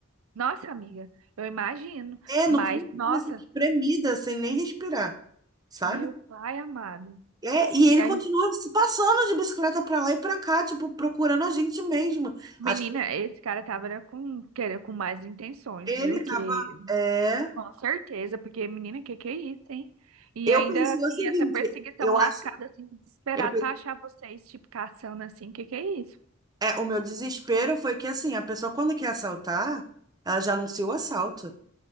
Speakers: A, on the right; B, on the right.
A: Nossa, amiga, eu imagino.
B: É,
A: Mas,
B: no cantinho,
A: nossa,
B: assim, espremida, sem nem respirar, sabe?
A: meu pai amado.
B: É, e
A: E
B: ele
A: aí,
B: continua se passando de bicicleta pra lá e pra cá, tipo, procurando a gente mesmo.
A: menina,
B: Acho que
A: esse cara tava era com, querendo, com mais intenções,
B: ele
A: viu? Que,
B: tava. É.
A: com certeza, porque, menina, que que é isso, hein? E
B: Eu
A: ainda
B: pensei
A: assim,
B: o seguinte,
A: essa perseguição
B: eu
A: lascada,
B: acho.
A: assim, desesperada
B: eu pe-
A: pra achar vocês, tipo, caçando assim, que que é isso?
B: é, o meu desespero foi que, assim, a pessoa, quando quer assaltar, ela já anuncia o assalto.